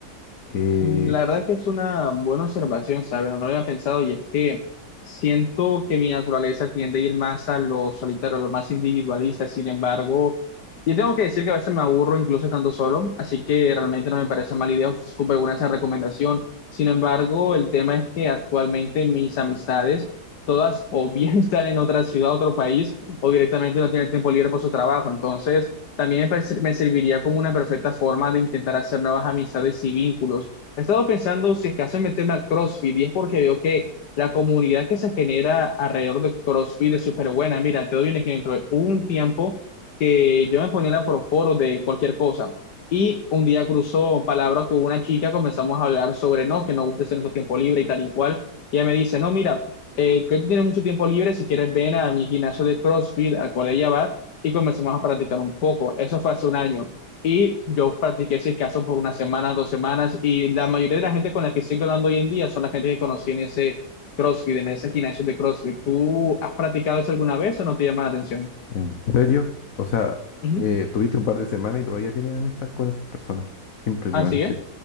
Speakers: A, on the left; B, on the left.
A: Eh,
B: La verdad que es una buena observación, ¿sabes? No lo había pensado y es que siento que mi naturaleza tiende a ir más a lo solitario, a lo más individualista, sin embargo, yo tengo que decir que a veces me aburro incluso estando solo, así que realmente no me parece mala idea, súper buena esa recomendación. Sin embargo, el tema es que actualmente mis amistades, todas o bien <laughs> están en otra ciudad, otro país, o directamente no tienen tiempo libre por su trabajo, entonces... También me, parece- me serviría como una perfecta forma de intentar hacer nuevas amistades y vínculos. He estado pensando si es que hacen meterme a CrossFit y es porque veo que la comunidad que se genera alrededor de CrossFit es súper buena. Mira, te doy un ejemplo. Hubo un tiempo que yo me ponía la proforo de cualquier cosa y un día cruzó palabra con una chica, comenzamos a hablar sobre no, que no gusta hacer nuestro tiempo libre y tal y cual. Y ella me dice, no, mira, eh, que tú tienes mucho tiempo libre, si quieres ven a mi gimnasio de CrossFit al cual ella va y comenzamos a practicar un poco. Eso fue hace un año. Y yo practiqué ese caso por una semana, dos semanas, y la mayoría de la gente con la que estoy hablando hoy en día son la gente que conocí en ese CrossFit, en ese gimnasio de CrossFit. ¿Tú has practicado eso alguna vez o no te llama la atención?
A: ¿en serio? O sea,
B: Ujú.
A: eh, tuviste un par de semanas y todavía tienes amistad con esas personas. Qué impresionante.
B: Así es.